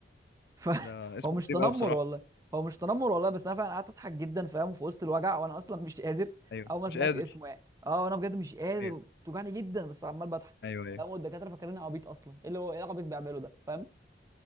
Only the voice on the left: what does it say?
لا اسمه
غريب
قوي بصراحة
ايوه
مش
قادر
ايوه
ايوه ايوه